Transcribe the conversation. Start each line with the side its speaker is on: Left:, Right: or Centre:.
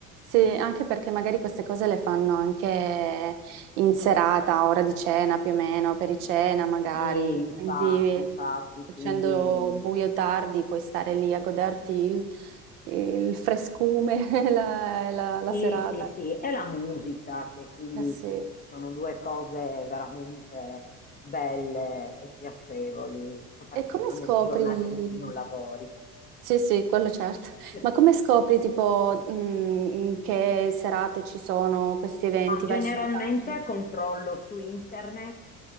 Right: Sì, anche perché magari queste cose le fanno anche in serata, a ora di cena più o meno, pericena magari.
Left: Sì, infatti,
Right: Quindi
Left: infatti,
Right: facendo
Left: quindi
Right: buio tardi puoi stare lì a goderti il, il frescume, <laughs> la, la- la
Left: sì,
Right: serata.
Left: sì, sì, è la musica che quindi
Right: Eh sì.
Left: sono due cose veramente belle e piacevoli, soprattutto
Right: E come scopri?
Left: nelle giornate in cui non lavori.
Right: Sì, sì, quello certo.
Left: <laughs>
Right: Ma come scopri tipo mh, in che serate ci sono questi eventi?
Left: Ma generalmente
Right: Vai su una pagina.
Left: controllo su internet,